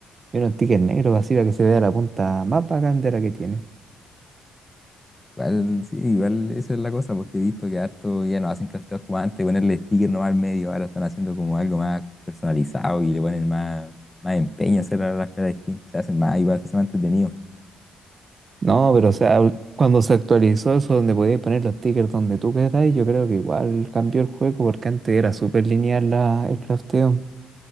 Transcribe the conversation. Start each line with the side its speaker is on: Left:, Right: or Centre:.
Right: y unos stickers negros así para que se vea la punta más bacán de la que tiene.
Left: Igual, sí, igual eso es la cosa, porque he visto que harto ya no hacen crafteos como antes, ponerle sticker nomás al medio, ahora están haciendo como algo más personalizado y le ponen más, más empeño a hacer a las caras de skin, se hacen más, igual se hacen más entretenido.
Right: No, pero o sea, ul- cuando se actualizó eso donde podías poner los stickers donde tú queráis, yo creo que igual cambió el juego porque antes era súper lineal la, el crafteo.